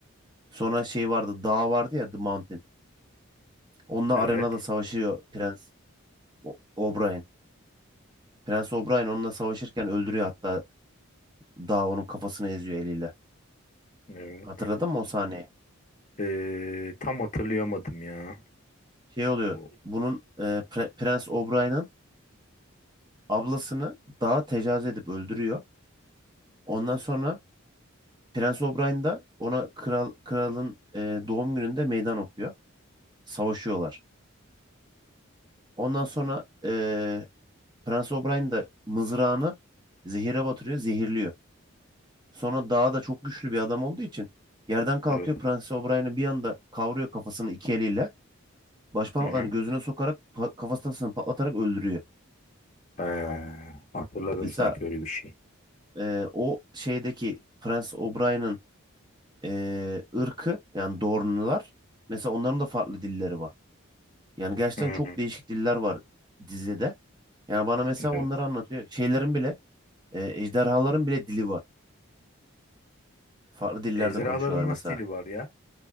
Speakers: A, on the right; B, on the left.
A: Sonra şey vardı, dağ vardı ya The Mountain. Onunla
B: Evet.
A: arenada savaşıyor Prens O- O'Brien. Prens O'Brien onunla savaşırken öldürüyor hatta dağ onun kafasını eziyor eliyle.
B: Evet.
A: Hatırladın mı o sahneyi?
B: Ee, tam hatırlayamadım ya.
A: Şey oluyor.
B: O
A: Bunun e, Pre- Prens O'Brien'ın ablasını dağa tecavüz edip öldürüyor. Ondan sonra Prens O'Brien da ona kral kralın e, doğum gününde meydan okuyor. Savaşıyorlar. Ondan sonra e, Prens O'Brien da mızrağını zehire batırıyor, zehirliyor. Sonra daha da çok güçlü bir adam olduğu için yerden kalkıyor
B: evet.
A: Prens O'Brien'i bir anda kavruyor kafasını iki eliyle. Başparmaklarını
B: Hı hı.
A: gözüne sokarak pa- kafasını patlatarak öldürüyor.
B: Ha, hatırladım
A: Mesela
B: sanki öyle bir şey.
A: e, o şeydeki Prens O'Brien'in e, ırkı yani Dorn'lular mesela onların da farklı dilleri var. Yani gerçekten
B: Hı
A: çok
B: hı.
A: değişik diller var dizide. Yani bana mesela
B: Evet.
A: onları anlatıyor. Şeylerin bile, e, ejderhaların bile dili var. Farklı dillerde
B: Ejderhaların
A: konuşuyorlar mesela.
B: nasıl dili var ya?